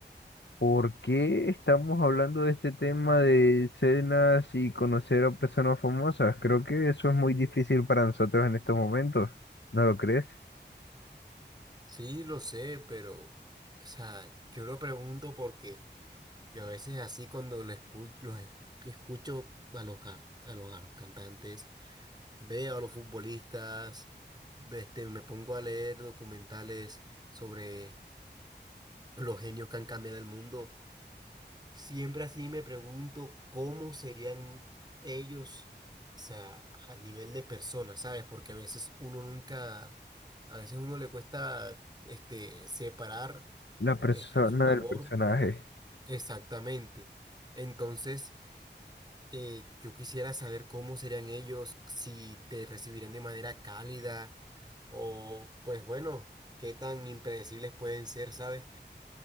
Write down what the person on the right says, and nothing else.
Sí, lo sé, pero, o sea, yo lo pregunto porque... Yo a veces así cuando lo escu- los es- escucho a los, ar- a los ar- cantantes, veo a los futbolistas, ve- este, me pongo a leer documentales sobre los genios que han cambiado el mundo. Siempre así me pregunto cómo serían ellos, o sea, a nivel de personas, ¿sabes? Porque a veces uno nunca, a veces uno le cuesta este, separar
este, su labor
exactamente. Entonces... Eh, yo quisiera saber cómo serían ellos, si te recibirían de manera cálida o pues bueno, qué tan impredecibles pueden ser, ¿sabes?